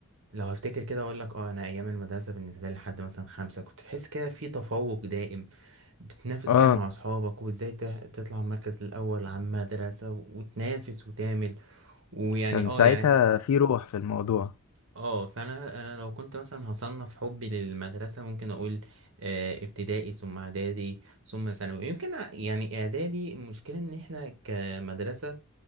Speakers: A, on the right (about 60°); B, on the left (about 80°).
A: لو هفتكر كده اقول لك اه انا ايام المدرسه بالنسبه لي لحد مثلا خمسة كنت تحس كده في تفوق دائم بتنافس
B: <clears throat> اه
A: كده مع اصحابك وازاي تح- تطلع المركز الاول على المدرسه وتنافس وتعمل ويعني
B: كان
A: اه
B: ساعتها
A: يعني
B: في روح في الموضوع
A: اه فانا انا لو كنت مثلا هصنف حبي للمدرسه ممكن اقول آه، ابتدائي ثم اعدادي ثم ثانوي يمكن ع- يعني اعدادي المشكله ان احنا كمدرسه